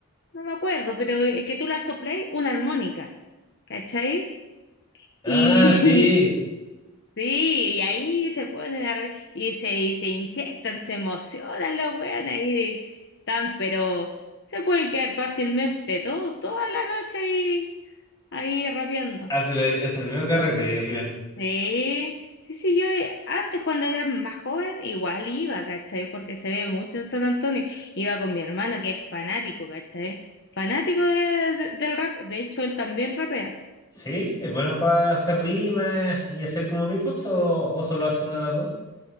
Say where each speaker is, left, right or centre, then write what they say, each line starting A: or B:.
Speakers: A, on the left; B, on the left.
A: No me acuerdo, pero eh, que tú la sopléis, una armónica. ¿Cachai?
B: Ah,
A: Y
B: sí.
A: <laughs> sí, y ahí se ponen a re- y se, y se inyectan, se emocionan las weonas y tan, pero se pueden quedar fácilmente todo, toda la noche ahí, ahí rapeando.
B: Hace el, hace el medio carrete y al final.
A: Sí, sí, sí, yo eh, antes cuando era más joven igual iba, ¿cachai? Porque se ve mucho en San Antonio. Iba con mi hermano que es fanático, ¿cachai? Fanático de- de- del rap. De hecho, él también rapea.
B: ¿Sí? ¿Es bueno para hacer rimas y hacer como beatbox o, o solo hace una de las dos?